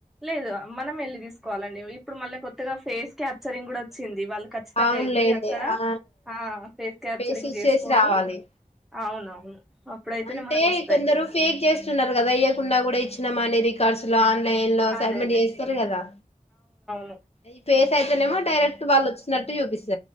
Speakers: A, in the centre; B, on the left.
A: లేదు మనం వెళ్ళి తీసుకోవాలండి ఇప్పుడు మళ్ళీ కొత్త ఫేస్ క్యాప్చరింగ్ కూడా వచ్చింది వాళ్ళు ఖచ్చితంగా
B: అవునులేండి
A: వెళ్ళి అక్కడ
B: ఆ
A: ఆ ఫేస్ క్యాప్చరింగ్
B: పేసి ఇచ్చేసి
A: చేసుకని
B: రావాలి
A: అవునవును అప్పుడైతేనే
B: అంటే
A: మనకు వస్తాయి
B: కొందరు ఫేక్ చేస్తున్నారు కదా ఇయ్యకుండా కూడా ఇచ్చిన మానేరి కసలా ఆన్లైన్ లో అసైన్మెంట్
A: అదే
B: చేస్తారు కదా
A: ఓే
B: ఈ ఫేస్ అయితేనేమోడైరెక్ట్ వాళ వచ్చినట్టుూపిస్త